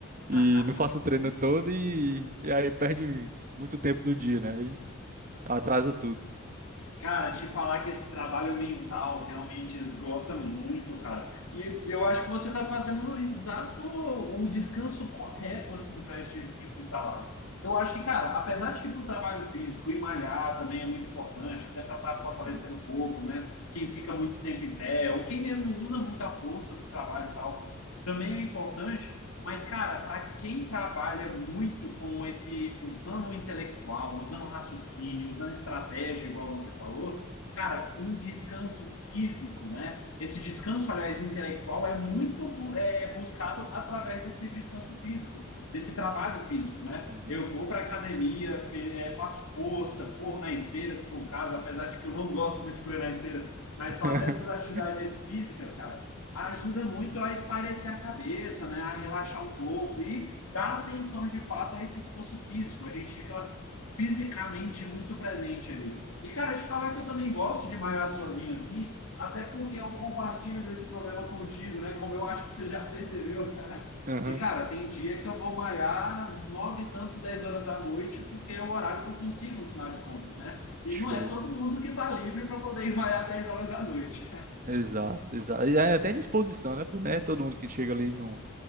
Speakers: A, on the right; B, on the left.
A: e
B: <laughs>
A: não faço treino todo e, e aí perde muito tempo do dia, né? E atrasa tudo.
B: Cara, te falar que esse trabalho mental realmente esgota muito, cara. E eu acho que você está fazendo o exato o descanso correto assim para esse tipo de trabalho. Eu acho que, cara, apesar de que para o trabalho físico e malhar também é muito importante, até para estar fortalecendo
A: Uhum,
B: o corpo, né? Quem fica muito tempo em pé, ou quem mesmo usa muita força para o trabalho e tal, também é importante. Mas, cara, para quem trabalha muito com esse, usando o intelectual, usando o raciocínio, usando estratégia, igual você falou, cara, um descanso físico, né? Esse descanso, aliás, intelectual é muito é, buscado através desse descanso físico, desse trabalho físico, né?
A: uhum.
B: Eu vou para academia, é, é, faço força, corro na esteira, se for o caso, apesar de que eu não gosto muito de correr na esteira, mas
A: <laughs>
B: fazer essas atividades físicas, cara, ajuda muito a espairecer a cabeça, né? A relaxar um pouco e dar atenção de fato a esse esforço físico. A gente fica fisicamente muito presente ali. E, cara, te falar que eu também gosto de malhar sozinho assim, até porque eu compartilho desse problema contigo, né? Como eu acho que você já percebeu. <laughs>
A: Aham,
B: De cara, tem dia que eu vou malhar nove e tanto, dez horas da noite, porque é o horário que eu consigo, no final de contas, né? E
A: Show.
B: não é todo mundo que tá livre para poder ir malhar dez horas da noite.
A: Exato, exato. E aí até disposição, né? Pô, né? Todo mundo que chega ali no,